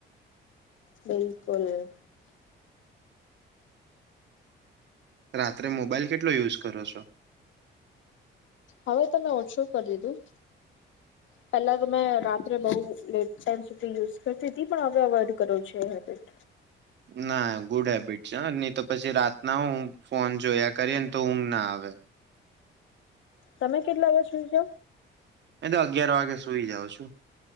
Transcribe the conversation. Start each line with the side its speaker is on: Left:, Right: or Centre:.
Left: બિલકુલ.
Right: રાત્રે મોબાઈલ કેટલો યુઝ કરો છો?
Left: હવે તમે ઓટ શું કરી દીધું. પહેલા તો મેં રાત્રે બહુ લેટ ટાઈમ સુધી યુઝ કરતી હતી પણ હવે અવોઈડ કરો છ હેબિટ.
Right: ના ગુડ હેબિટ છે નહી તો પછી રાતના હું ફોન જોયા કરીએ ને તો ઊમ ના આવે.
Left: તમે કેટલા વાગ સુજ?
Right: એ તો અગિયાર વાગે સુઈ જાવ છું,